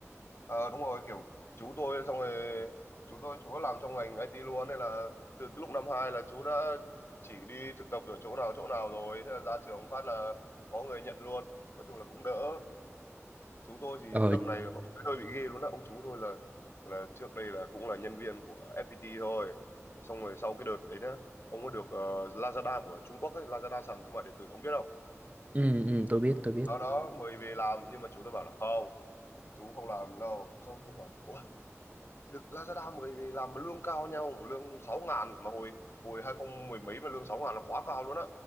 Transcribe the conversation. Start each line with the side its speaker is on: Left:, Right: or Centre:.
Left: Ờ đúng rồi kiểu chú tôi xong rồi chú tôi chú đã làm trong ngành IT luôn nên là từ cái lúc năm hai là chú đã chỉ đi thực tập ở chỗ nào chỗ nào rồi thế là ra trường phát là có người nhận luôn nói chung là cũng đỡ chú tôi thì
Right: Ờ,
Left: tầm này họ hơi bị ghê luôn á ông chú tôi là là trước đây là cũng là nhân viên của FPT thôi xong rồi sau cái đợt đấy nhá ông có được ờ, Lazada của Trung Quốc ấy Lazada sàn thương mại điện tử ông biết không
Right: Ừ ừ tôi biết tôi biết.
Left: sau đó mới về làm nhưng mà chú tôi bảo là không chú không làm đâu xong tôi bảo là "Ủa, được Lazada mới vì làm mà lương cao nha ông lương sáu ngàn mà hồi hồi 2000 mười mấy mà lương sáu ngàn là quá cao luôn á